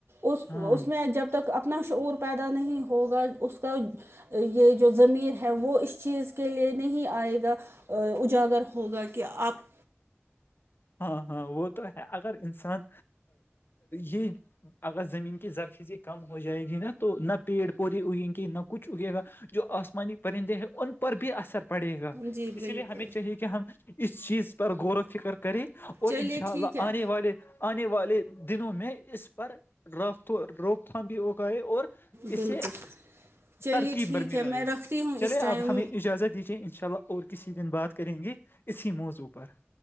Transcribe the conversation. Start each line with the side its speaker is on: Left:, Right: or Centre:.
Right: اس
Left: ہاں
Right: اس میں جب تک اپنا شعور پیدا نہیں ہوگا اس کا یہ جو زمین ہے وہ اس چیز کے لیے نہیں آئے گا اجاگر ہوگا کہ آپ
Left: ہاں ہاں وہ تو ہے اگر انسان یہ اگر زمین کی زرخیزی کم ہو جائے گی نا تو نہ پیڑ پودے اگیں گی نہ کچھ اگے گا جو آسمانی پرندے ہیں ان کو پر بھی اثر پڑے گا
Right: جی
Left: اسی
Right: بالکل
Left: لیے ہمیں چاہیے کہ ہم اس چیز پر غور و فکر اور
Right: چلیے
Left: ان شاء اللہ
Right: ٹھیک ہے
Left: آنے والے والے آنے والے دنوں میں اس پر ر روک تھام بھی اگا ہے اور <unintelligible>
Right: بالکل
Left: اس سے
Right: چلیے
Left: ترکیب
Right: ٹھیک
Left: برمی
Right: ہے
Left: لئے
Right: میں رکھتی ہوں
Left: چلے
Right: اس ٹائم
Left: اپ ہمیں اجازت دیجیے ان شاء اللہ اور کسی دن بات کریں گی اسی موضوع پر